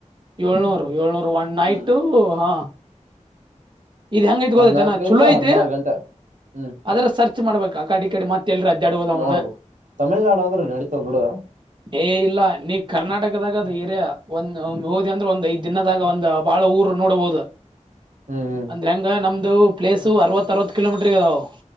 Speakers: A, on the right; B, on the right.
A: ಏಳ್ನೂರು ಏಳ್ನೂರು ಒನ್ ನೈಟು
B: ಹ್ಮ್
A: ಹ ಇದ್ ಹೆಂಗ ಹೆಂಗ
B: ಹದ್ನಾಕರಿಂದ
A: ಆಯಿತೆ ಗೊತ್ತ ಆಯ್ತಿ ಆನ ಚಲೋ ಐತಿ
B: ಹದ್ನಾರು ಗಂಟೆ ಹ್ಮ್
A: ಅದ್ರ ಸರ್ಚ್ ಮಾಡ್ಬೇಕ ಆ ಕಡೆ ಇ ಕಡೆ ಮತ್ತೆ ಎಲ್ಲೆರ ಅಡ್ಯಾಡೋವ ಅದಾವ
B: ನೋಡ್ಬೇಕು
A: ಅನ
B: ತಮಿಳ್ನಾಡು ಅಂದ್ರೆ ನಡಿತದ್ ಬಿಡು.
A: ಏ ಇಲ್ಲ ನೀ ಕರ್ನಾಟಕದಾಗ ಅದ ಏರಿಯಾ ಒಂದ ಹೋದೆ ಅಂದ್ರೆ ಒಂದ್ ಐ್ ದಿನದಾಗ ಒಂದ್ ಬಹಳ ಊರ್ ನೋಡ್ಬಹುದು
B: ಹ್ಮ್
A: ಅಂದ್ರೆ ಹೆಂಗ ನಮ್ದ ಪ್ಲೇಸ್ ಅವತ್ತ ಅರವ ಕಿಲೋಮೀಟರ್ ಅದಾವ್